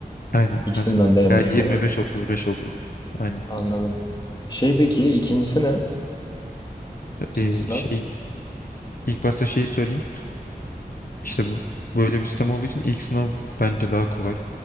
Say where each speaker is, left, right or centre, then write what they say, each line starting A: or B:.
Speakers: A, on the left (about 60°); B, on the left (about 25°).
A: Aynen
B: İkisinden
A: mesela.
B: de en
A: Veya
B: düşük
A: 25-35
B: olarak.
A: oluyor. Aynen.
B: Anladım. Şey peki ikincisi ne? İkinci
A: Ee,
B: sınav.
A: şey İlk başta şeyi söyleyeyim. İşte bu- böyle bir sistem olduğu için ilk sınav bence daha kolay.